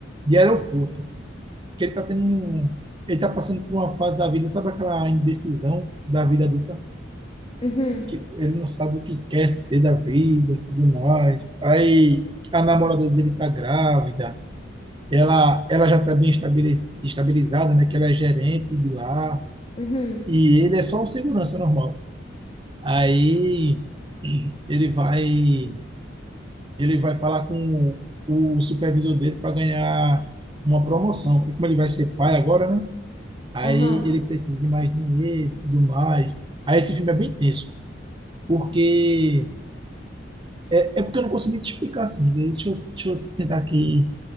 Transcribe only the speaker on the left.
Uhum,
uhum,
aham,